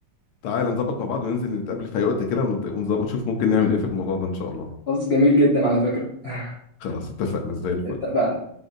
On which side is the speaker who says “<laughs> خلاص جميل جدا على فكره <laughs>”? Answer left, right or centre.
Left